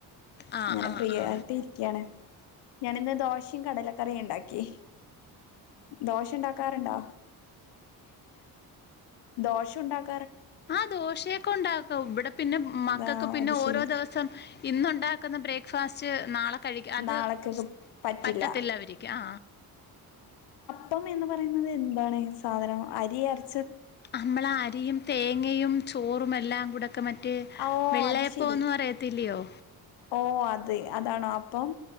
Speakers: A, on the left (about 30°); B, on the left (about 85°).
A: ആ
B: അങ്ങനെ
A: ആ
B: ഫ്രീ
A: ആ
B: ആയിട്ട് ഇരിക്ക്യാണ് ഞാന്‌ന്ന് ദോഷിം കടലക്കറി ണ്ടാക്കി ദോശ ഉണ്ടാക്കാറുണ്ടോ ദോശ ഉണ്ടാക്
A: ആഹ് ദോശയെക്കെ ഉണ്ടാക്കും ഇവിടെ പിന്നെ മക്കക്ക്
B: ആ
A: പിന്നെ
B: അത് ശരി
A: ഓരോ ദിവസം ഇന്നുണ്ടാക്കുന്ന ബ്രേക്ക് ഫാസ്റ്റ് നാളെ കഴിക്ക് അത്
B: നാളെക്കൊക്കെ
A: സ്
B: പറ്റില്ല
A: പറ്റത്തില്ല അവർക്ക് ആ
B: പ്പം എന്ന് പറയുന്നത് എന്താണ് സാധനം അരിയരി
A: നമ്മൾ അരിയും തേങ്ങയും ചോറുമെല്ലാം കൂടക്കെ മറ്റ മറ്റേ
B: ഓ
A: വെള്ളയപ്പോന്ന്
B: അത് ശരി
A: പറയത്തില്ലയോ
B: ഓ അത് അതാണോ അപ്പം